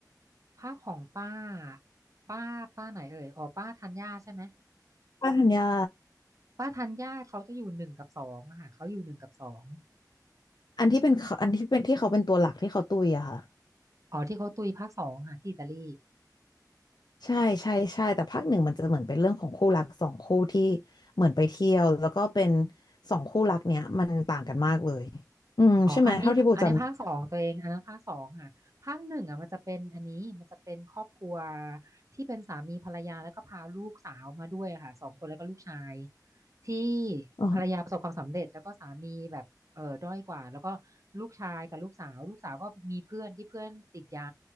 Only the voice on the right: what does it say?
ภาคของป้า ป้า ป้าไหนเอ่ยอ๋อป้าธัญญาใช่ไหม
ป้าธัญญาเขาจะอยู่หนึ่งกับสองอะค่ะเขาอยู่หนึ่งกับสอง
อ๋อที่เขาตุยภาคสองค่ะที่อิตาลี
อ๋ออันนี้อันนี้ภาคสองตัวเองอันนั้นภาคสองค่ะภาคหนึ่งอ่ะมันจะเป็นอันนี้มันจะเป็นครอบครัวที่เป็นสามีภรรยาแล้วก็พาลูกสาวมาด้วยอะค่ะสองคนแล้วก็ลูกชายที่
ภรรยาประสบความสำเร็จแล้วก็สามีแบบเออด้อยกว่าแล้วก็ลูกชายกับลูกสาวลูกสาวก็มีเพื่อนที่เพื่อนติดยา